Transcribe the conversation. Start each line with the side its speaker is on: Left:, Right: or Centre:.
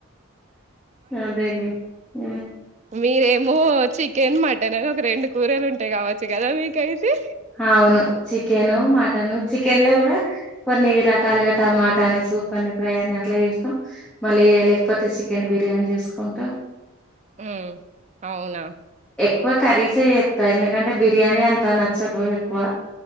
Centre: అదేలే హు
Right: మీరే మో చికెన్ మటన్ అని ఒక రెండు కూరలు ఉంటాయి కావచ్చు కదా మీకైతే
Centre: అవును చికెను మటన్ చికెన్ లో కూడా కొన్ని రకాలుగా టమాటా అని సూప్ అని ఫ్రై అని అట్లా చేస్తాం మళ్ళీ లేకపోతే చికెన్ బిర్యానీ చేూసుకుంటాం
Right: ఉమ్ అవునా
Centre: ఎక్కు కరీస్ే చేస్తా ఎందుకంటే బిర్యానీ అంత నాక్ చ్చదు ఎక్కువ